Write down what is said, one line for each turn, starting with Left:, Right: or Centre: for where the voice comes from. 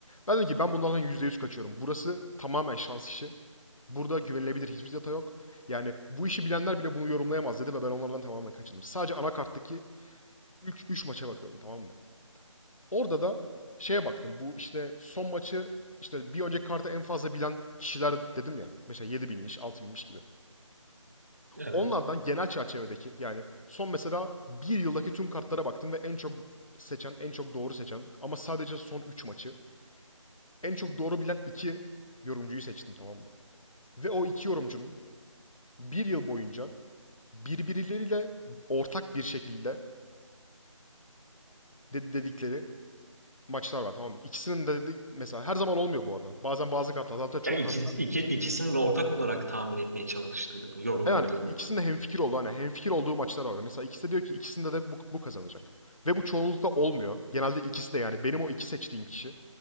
Left: Ben dedim ki ben bunlardan %100 kaçıyorum. Burası tamamen şans işi. Burada güvenilebilir hiçbir data yok. Yani bu işi bilenler bile bunu yorumlayamaz dedi ve ben onlardan tamamen kaçındım. Sadece anakarttaki 3 3 maça bakıyordum tamam mı? Orada da şeye baktım. Bu işte son maçı işte bir önceki kartı en fazla bilen kişiler dedim ya. Mesela 7 bilmiş, 6 bilmiş gibi.
Right: evet.
Left: Onlardan genel çerçevedeki yani son mesela bir yıldaki tüm kartlara baktım ve en çok seçen, en çok doğru seçen ama sadece son 3 maçı en çok doğru bilen 2 yorumcuyu seçtim tamam mı? Ve o iki yorumcunun bir yıl boyunca birbirleriyle ortak bir şekilde dedikleri maçlar var tamam mı? İkisinin de de mesela her zaman olmuyor bu arada. Bazen bazı kartlar hatta çoğu
Right: Ya iki,
Left: kartlar.
Right: iki, ikisinin de ortak olarak tahmin etmeye çalıştığımı, yorumladığımı.
Left: Yani ikisinde hemfikir oldu. Hani hemfikir olduğu maçlar var. Mesela ikisi de diyor ki ikisinde de bu, bu kazanacak. Ve bu çoğunlukla olmuyor. Genelde ikisi de yani benim o iki seçtiğim kişi.